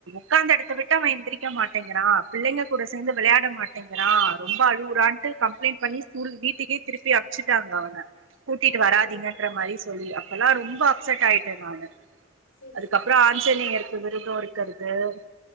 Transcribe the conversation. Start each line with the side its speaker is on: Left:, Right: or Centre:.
Right: உக்காந்த இடத்த விட்டு அவன் எந்திரிக்க மாட்டேங்குறா பிள்ளங்க கூட சேந்து விளையாட மாட்டேங்குறா ரொம்ப அழவுறாட்டு கம்பளைண்ட் பண்ணி ஸ்கூல வீட்டுக்கே திருப்பி அமுச்சுட்டாங்க அவன கூட்டிட்டு
Left: ஓ!
Right: வராதிங்கன்ற
Left: ஓ!
Right: மாரி சொல்லி அப்பெல்லா ரொம்ப அப்செட்டா ஆயிட்டே நானு
Left: சரி,
Right: அதுக்கப்புற
Left: சரி, சரிங்க
Right: ஆஞ்சனேயர்
Left: சிஸ்டர்.
Right: இருக்கு விருத இருக்கிறது உஹ <unintelligible>